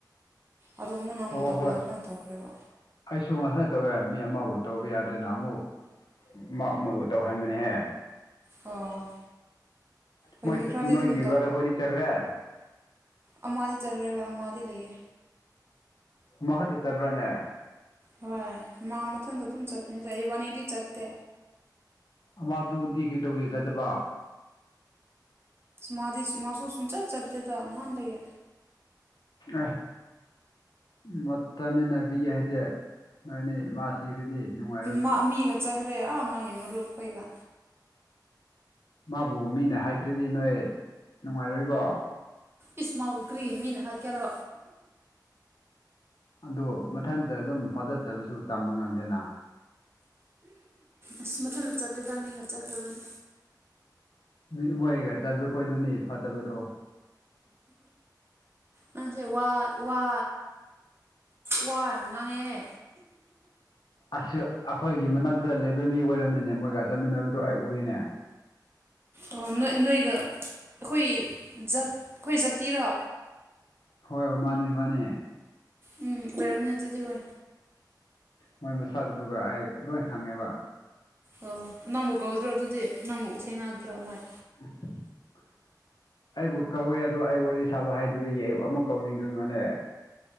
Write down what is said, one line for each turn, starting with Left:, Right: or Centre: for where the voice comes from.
Right: ꯑꯗꯣ ꯃꯨꯛ ꯅꯪꯕꯨ
Left: ꯑꯣ
Right: ꯇꯧꯕꯗꯩ
Left: ꯍꯣꯏ
Right: ꯑꯗꯨꯃꯥꯢ ꯇꯧꯈ꯭ꯔꯦꯕ
Left: ꯑꯩꯁꯨ ꯉꯁꯥꯏ ꯇꯧꯋꯦ ꯃꯤ ꯑꯃꯕꯨ ꯇꯧꯕ ꯌꯥꯗꯦꯅ ꯑꯃꯨꯛ ꯃ ꯃꯣꯏꯕꯨ ꯇꯧꯍꯟꯕꯅꯦꯍꯦ
Right: ꯑꯣ ꯍꯣꯏ
Left: ꯃꯣꯏ
Right: ꯃꯤ ꯈꯔꯗꯤ
Left: ꯅꯣꯏꯒꯤ
Right: ꯑꯗꯨꯝ
Left: ꯕ꯭ꯔꯗ ꯑꯩꯈꯣꯏꯗꯤ ꯆꯠꯈ꯭ꯔꯦ
Right: ꯑꯃꯗꯤꯗꯤ ꯆꯠꯈ꯭ꯔꯦꯕ ꯑꯃꯗꯤ ꯂꯩꯌꯦ
Left: ꯃꯈꯛꯇ ꯆꯠꯕ꯭ꯔꯣꯅꯦ
Right: ꯍꯣꯏ ꯃꯥ ꯃꯊꯟꯗ ꯑꯗꯨꯝ ꯆꯠꯄꯅꯤ ꯆꯥꯛ ꯏꯕꯥꯅꯤꯗꯤ ꯆꯠꯇꯦ
Left: ꯑꯃꯗꯨꯗꯤ ꯀꯩ ꯇꯧꯕꯤ ꯆꯗꯕ
Right: ꯃꯥꯥꯗꯤ ꯃꯥꯁꯨ ꯁꯨꯝ ꯆꯠ ꯆꯠꯦꯗ ꯅꯍꯥꯟꯗꯒꯤ
Left: ꯑꯦ ꯃꯇꯝ ꯏꯟꯅꯕꯤꯒꯦ ꯍꯥꯏꯗꯤ ꯅꯣꯏꯅꯤ ꯃꯥꯁꯤ ꯁꯤꯔꯗꯤꯦ ꯅꯅꯨꯡꯉ
Right: ꯃꯥ ꯃꯤꯒ ꯆꯠꯈ꯭ꯔꯦ ꯃꯥꯒꯤꯃ ꯔꯨꯄꯩꯒ
Left: ꯃꯥꯕꯨ ꯃꯤꯅ ꯍꯥꯏꯈ꯭ꯔꯗꯤ ꯅꯣꯏ ꯅꯨꯡꯉꯥꯏꯔꯣꯏꯀꯣ
Right: ꯏꯁ ꯃꯥꯕꯨ ꯀ꯭ꯔꯤꯒꯤ ꯃꯤꯅ ꯍꯥꯠꯀꯦꯔꯣ
Left: ꯑꯗꯨ ꯃꯊꯟꯇ ꯑꯗꯨꯝ ꯍꯣꯇꯠꯆꯔꯁꯨ ꯇꯝꯕ ꯉꯝꯗꯦꯅ
Right: ꯑꯁ ꯃꯊꯟꯗ ꯆꯠꯇꯦ ꯃꯤꯒ ꯆꯠꯈ꯭ꯔꯒꯅꯤ
Left: ꯃꯤ ꯃꯣꯏꯒ ꯆꯠꯄ ꯈꯣꯏꯗꯨꯅꯤ ꯐꯠꯇꯕꯗꯣ
Right: ꯅꯪꯁꯦ ꯋꯥ ꯋꯥ ꯋꯥ ꯌꯥꯝ ꯉꯥꯡꯉꯦꯍꯦ
Left: ꯑꯁꯁꯨ ꯑꯩꯈꯣꯏꯒꯤ ꯃꯅꯥꯛꯇ ꯂꯩꯕ ꯃꯤ ꯑꯣꯏꯔꯝꯃꯤꯅꯦ ꯃꯣꯏꯒ ꯆꯠꯃꯤꯟꯅꯕꯗꯣ ꯑꯩ ꯎꯏꯅꯦ
Right: ꯑꯣ ꯅꯣꯏ ꯅꯣꯏꯒ ꯑꯩꯈꯣꯏ ꯑꯩꯈꯣꯏ ꯖꯥꯠꯇꯤꯔꯣ
Left: ꯍꯣꯏ ꯍꯣꯏ ꯃꯥꯅꯦ ꯃꯥꯅꯦ
Right: ꯎꯝ ꯕꯔꯅꯤ ꯑꯗꯨꯗꯤ ꯍ
Left: ꯃꯣꯏ ꯃꯁꯛꯇꯨꯒ ꯑꯩ ꯂꯣꯏ ꯈꯪꯉꯦꯕ
Right: ꯑꯣ ꯅꯪꯕꯨ ꯀꯧꯗ꯭ꯔꯣ ꯑꯗꯨꯗꯤ ꯅꯪꯕꯨ ꯁꯦꯡꯅꯗ꯭ꯔꯣ ꯃꯣꯏ
Left: <inaudible> ꯑꯩꯕꯨ ꯀꯧꯏꯦ ꯑꯗꯨꯗꯣ ꯑꯩ ꯋꯥꯔꯤ ꯁꯥꯕ ꯍꯥꯏꯗꯨꯗꯒꯤ ꯑꯩ ꯑꯃꯨꯛ ꯀꯧꯅꯤꯡꯗꯃꯅꯦ